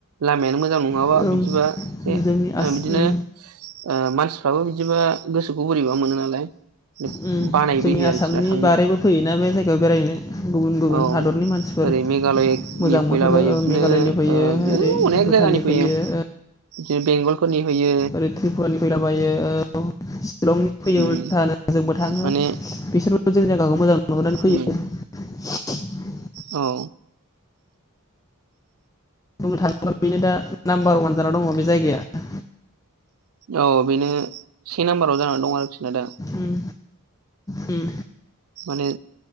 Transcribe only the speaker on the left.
ओं
जोंनि आसाम
उम
उम
जोंनि आसामनि
बारैबो फैयोना बे जायगायाव बेरायनो गुबुन गुबुन
हादरनि मानसिफोर
मोजां
मोनहरो
ओ मेघालयनि फैयो
ओरै
भुटाननि
ओ
ओरै त्रिपुरानि फैलाबायो। <inaudible> शिलंनि फैयो
उलथानो जोंबो थाङो।
बिसोर <inaudible> औ मोजां नुहरनानै फैयो।
<inaudible>
बुंनो थाङोब्ला बेनो दा नाम्बार अवान जानानै दङ बे जायगाया।
उम उम।